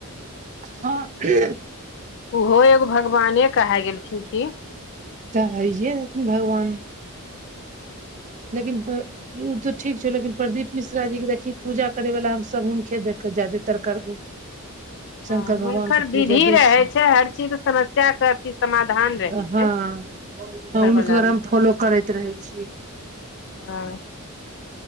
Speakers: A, on the right (about 35°); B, on the left (about 50°).
A: हँ की
B: ओहो एगो भगवाने कहे गेलखिन की
A: तऽ अइए हथिन भगवान लेकिन प्रे ओ तऽ ठीक छौ लेकिन प्रदीप मिश्रा जीे देखी पूजा करै वला हम सभ हुनके देख जदातर करबो हू <inaudible> शंकर
B: हँ हुनकर
A: भगवान के पूजा
B: विधि
A: देशी
B: रहै छै हर चीज समस्या के अथी समाधान रहै छै
A: हँ हुनकर
B: वला मे
A: हम फॉलो करैत रहै छीयै
B: हँ